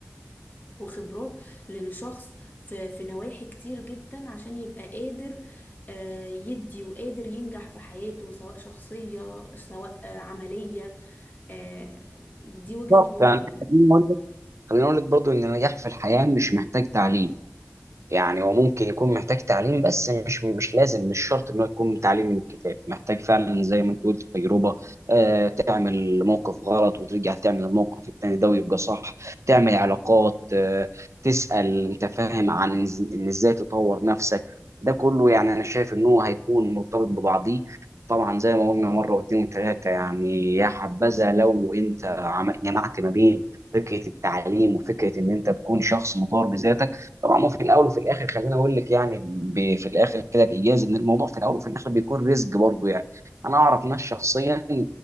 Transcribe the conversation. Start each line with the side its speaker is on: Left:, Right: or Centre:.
Left: وخبرات للشخص في في نواحي كتير جدا عشان يبقى قادر آه، يدي وقادر ينجح في حياته سواء شخصية سواء آه، عملية آه، دي
Right: بالظبط
Left: وجهة نظري
Right: فانا
Left: يعني
Right: خليني اقول لك خليني اقول لك برضه ان النجاح في الحياه مش محتاج تعليم يعني هو ممكن يكون محتاج تعليم بس مش مش لازم مش شرط ان هو يكون تعليم من الكتاب محتاج فعلا زي ما انت قلت تجربه آه تعمل موقف غلط وترجع تعمل الموقف التاني ده ويبقى صح تعمل علاقات آه تسأل انت فاهم عن إز- ان ازاي تطور نفسك ده كله يعني انا شايف ان هو هيكون مرتبط ببعضيه طبعا زي ما قلنا مره واثنين وثلاثه يعني يا حبذا لو انت عم- جمعت ما بين فكره التعليم وفكره ان انت تكون شخص مطور بذاتك طبعا هو في الاول وفي الاخر خليني اقول لك يعني ب- في الاخر كده بايجاز ان الموضوع في الاول وفي الاخر بيكون رزق برضه يعني انا اعرف ناس شخصيا